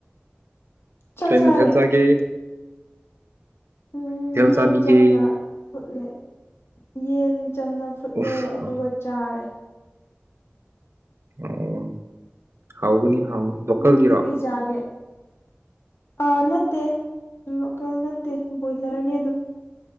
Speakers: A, on the left; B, on the right.
A: ꯆꯥꯛ
B: ꯀ
A: ꯆꯥꯔꯦ
B: ꯃꯊ ꯆꯒꯦ
A: ꯎꯝ ꯌꯦꯟ
B: ꯆꯥꯕꯤꯒꯦ
A: ꯆꯝꯅ ꯐꯨꯠꯂꯦ ꯌꯦꯟ ꯆꯝꯅ ꯐꯨꯠꯂꯦ
B: ꯎꯐ
A: ꯑꯗꯨꯒ ꯆꯥꯔꯦ
B: ꯑꯣ ꯍꯥꯎꯒꯅꯤ ꯍꯥꯎꯅꯤ ꯂꯣꯀꯦꯜꯒꯤꯔꯣ
A: ꯅꯪꯗꯤ ꯀꯩ ꯆꯥꯒꯦ ꯑꯥ ꯅꯠꯇꯦ ꯂꯣꯀꯦꯜ ꯅꯠꯇꯦ ꯕꯣꯏꯂꯔꯅꯤ ꯑꯗꯨꯝ